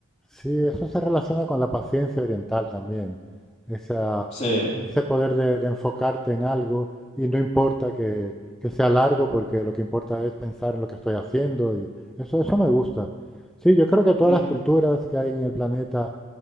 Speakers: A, in the centre; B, on the left.
A: Sí, eso se relaciona con la paciencia oriental también. Esa,
B: Sí,
A: ese poder de, de enfocarte en algo y no importa que, que sea largo porque lo que importa es pensar en lo que estoy haciendo y eso, eso me gusta. Sí, yo creo que todas
B: <laughs>
A: las culturas
B: sí,
A: que hay en el planeta